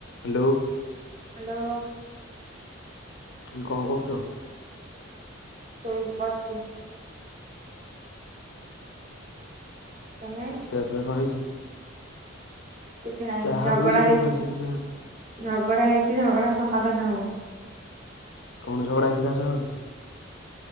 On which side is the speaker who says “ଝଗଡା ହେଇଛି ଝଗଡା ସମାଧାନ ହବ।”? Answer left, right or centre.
Right